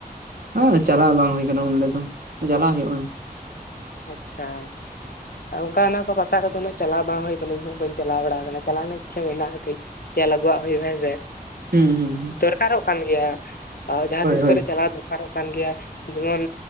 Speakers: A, on the right; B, on the left.
A: ᱚ ᱪᱟᱞᱟᱣ ᱵᱟᱝ ᱦᱩᱭ ᱟᱠᱟᱱᱟ ᱚᱸᱰᱮ ᱫᱚ ᱪᱟᱞᱟᱜ ᱦᱩᱭᱩᱜᱼᱟ,
B: ᱟᱪᱪᱷᱟ, ᱚᱱᱠᱟ ᱚᱱᱟ ᱠᱚ ᱯᱟᱛᱟ ᱠᱚᱫᱚ ᱩᱱᱟᱹᱜ ᱪᱟᱞᱟᱣ ᱵᱟᱝ ᱦᱩᱭ ᱟᱠᱟᱱᱟ ᱤᱧ ᱦᱚᱸ ᱵᱟᱹᱧ ᱪᱟᱞᱟᱣ ᱵᱟᱲᱟ ᱠᱟᱱᱟ ᱪᱟᱞᱟᱣ ᱨᱮᱱᱟᱜ ᱤᱪᱷᱟᱹ ᱢᱮᱱᱟᱜᱼᱟ ᱠᱟᱹᱡ, ᱧᱮᱞ ᱟᱹᱜᱩᱣᱟᱜ ᱦᱩᱭᱩᱜᱼᱟ ᱦᱮᱸ ᱥᱮ,
A: ᱦᱩᱸ ᱦᱩᱸ ᱦᱩᱸ
B: ᱫᱚᱨᱠᱟᱨᱚᱜ ᱠᱟᱱ ᱜᱮᱭᱟ ᱟᱫᱚ ᱡᱟᱦᱟᱸ ᱛᱤᱥ
A: ᱦᱳᱭ
B: ᱠᱚᱨᱮ ᱪᱟᱞᱟᱣ ᱫᱚ, ᱫᱚᱨᱠᱟᱨᱚᱜ ᱠᱟᱱ ᱜᱮᱭᱟ ᱡᱮᱢᱚᱱ